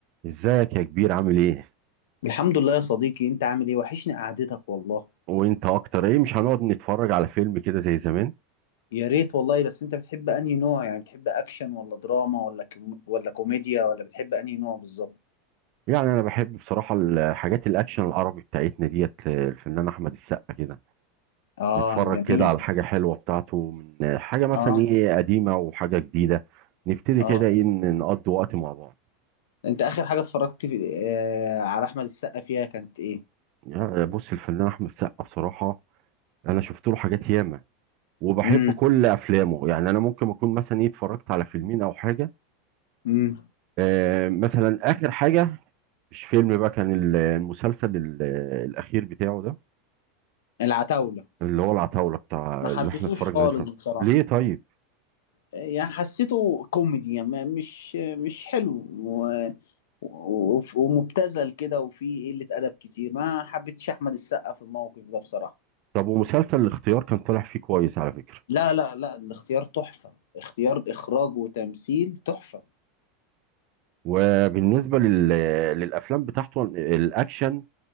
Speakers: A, on the right (about 50°); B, on the left (about 85°).
A: ازيك يا كبير عامل ايه
B: الحمد لله يا صديقي انت عامل ايه وحشني قعدتك والله
A: وانت اكتر ايه مش هنقعد نتفرج على فيلم كده زي زمان
B: يا ريت والله بس انت بتحب انهي نوع يعني بتحب اكشن ولا دراما ولا كم... ولا كوميديا ولا بتحب انهي نوع بالظبط
A: يعني انا بحب بصراحة الحاجات الاكشن العربي بتاعتنا ديت آه، الفنان احمد السقا كده
B: اه
A: نتفرج
B: جميل
A: كده على حاجة حلوة بتاعته من آه، حاجة مثلا
B: اه
A: ايه قديمة وحاجة جديدة نبتدي
B: اه
A: كده ايه ن- نقضي وقت مع بعض
B: انت اخر حاجة اتفرجت في... آه على احمد السقا فيها كانت ايه
A: يعني بص الفنان احمد السقا بصراحة انا شفت له حاجات ياما وبحب
B: امم
A: كل افلامه يعني انا ممكن اكون مثلا ايه اتفرجت على فيلمين او حاجة
B: امم
A: آه، مثلا اخر حاجه مش فيلم بقى كان ال- المسلسل ال- الاخير بتاعه ده
B: العتاولة
A: اللي هو العتاوله بتاع
B: ما حبيتوش
A: اللي احنا اتفرجنا
B: خالص
A: عليه في رمضان.
B: بصراحة
A: ليه طيب
B: يعني حسيته كوميدي يعني ما- مش مش حلو و... و... ومبتذل كده وفيه قلة أدب كتير ما حبيتش أحمد السقا في الموقف ده بصراحة
A: طب ومسلسل الاختيار كان طالع فيه كويس على فكره
B: لا لا لا الاختيار تحفة اختيار إخراج وتمثيل تحفة
A: وبالنسبه لل... للافلام بتاعته الاكشن